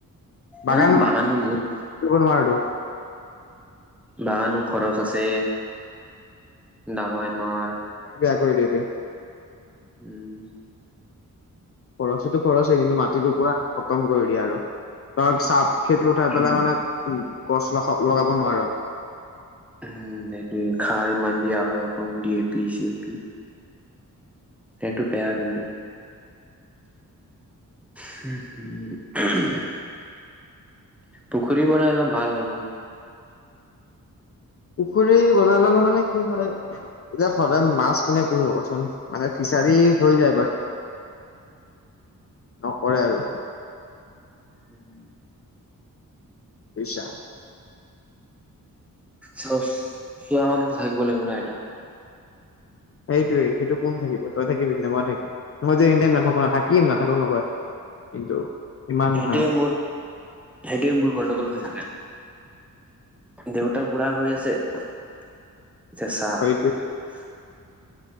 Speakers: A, on the left (about 45°); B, in the centre.
A: বাগানিব
B: এ বাগানো বহুত
A: নোৱাৰটো।
B: বাগানো খৰচ আছে। ডাবাই মাৰ।
A: বয়াক কৰি দে বেহ
B: উম!
A: খৰচটো খৰচ হয় কিন্তু মাটিটো পুৰা খতম কৰি দিয়ে আৰু ধৰ চাপ খেতি উঠাই
B: উম,
A: পেলাই মানে গছ লগ লগাব নোৱাৰো,
B: উম সেইটো খাৰ ইমান দিয়া হয় আকৌ ড এপি চিয়পি, সেইটো বেয়া কিন্তু। হ! হম! পুখুৰী বনাই ল' ভাল হ'ব।
A: পুখুৰী বনাই ললে মানে কি হয় এতিয়া সদায় মাছকোনে পুহিব কচোন? ফ্ৰিছাৰি হৈ যায় বাট, নকৰে আৰু
B: উম!
A: পছা।
B: চ চোৱা মানুহতো থাকিব লাগিব ন এটা,
A: সেইটোৱেই সেইটো কোন থাকিব তই থাকিবি মই থাকিম মই যম নাথাকো না থাকিম নাথাকো নকয়। কিন্তু ইমান
B: সেইটোৱে
A: নহয় আৰু
B: মোৰ সেইটোৱে মোৰ গণ্ডগোল হৈ থাকে, দেউতা বুঢ়া হৈ আছে। এতি <unintelligible>
A: সেইটোৱে